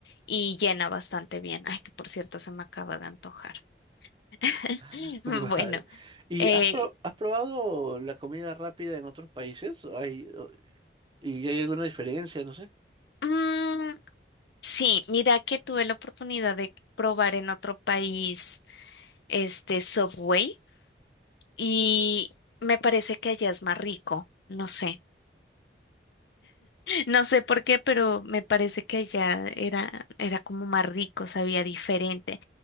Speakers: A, on the left; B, on the right.
A: y llena bastante bien. Ay, que por cierto, se me acaba de antojar. <laughs>
B: <laughs> Vale.
A: Bueno,
B: ¿Y
A: eh,
B: has, pro- has probado la comida rápida en otros países? ¿O ¿Hay, o- ¿y hay alguna diferencia? No sé.
A: mm, sí, mira que tuve la oportunidad de probar en otro país este Subway y me parece que allá es más rico, no sé. No sé por qué, pero me parece que allá era, era como más rico, sabía diferente.